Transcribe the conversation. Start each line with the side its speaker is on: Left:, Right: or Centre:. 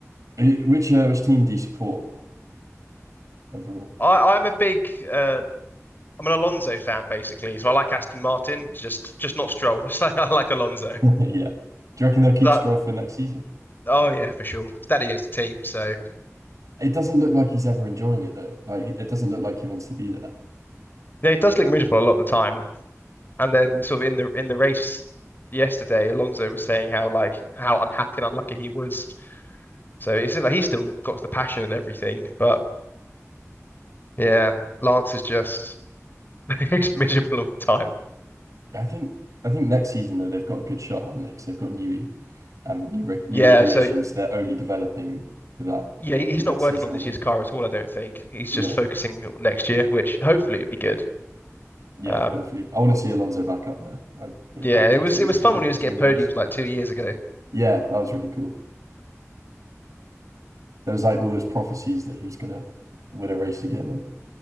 Right: which uh, which team do you support overall?
Left: I, I'm a big, uh, I'm an Alonso fan basically, so I like Aston Martin, just just not Stroll. <laughs> Just like I like Alonso.
Right: <laughs> Yeah, do you reckon they'll keep
Left: That
Right: Stroll for next season?
Left: oh yeah, for sure. Daddy owns the team, so
Right: It doesn't look like he's ever enjoying it though. Like, it doesn't look like he wants to be there.
Left: yeah, he does look miserable a lot of the time. And then sort of in the in the race yesterday, Alonso was saying how like how unhappy and unlucky he was. So it's like he's still got the passion and everything, but yeah, Lance is just <laughs> he's miserable all the time.
Right: I think I think next season though they've got a good shot, haven't they? Because they've got Newey and the new reg new
Left: Yeah,
Right: regulations.
Left: so
Right: They're only developing for that
Left: yeah, he- he's
Right: next
Left: not working
Right: season,
Left: on
Right: aren't
Left: this
Right: they?
Left: year's car at all, I don't think. He's
Right: Yeah,
Left: just focusing on next year, which hopefully it'll be good.
Right: yeah.
Left: Um
Right: Hopefully, I want to see Alonso back up there. I think
Left: yeah,
Right: I think
Left: it was
Right: it's really
Left: it was
Right: funny.
Left: fun when he was
Right: It's
Left: getting
Right: really
Left: podiums
Right: nice.
Left: like two years ago.
Right: Yeah, that was really cool. There was like all those prophecies that he was gonna win a race again, and